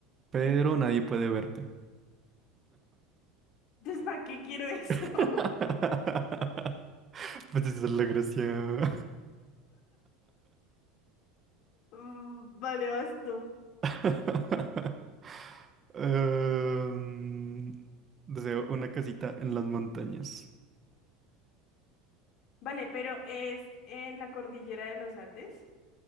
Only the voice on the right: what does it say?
pero nadie puede verte.
<laughs>
Pues esa es la gracia.
<laughs> Em, deseo una casita en las montañas.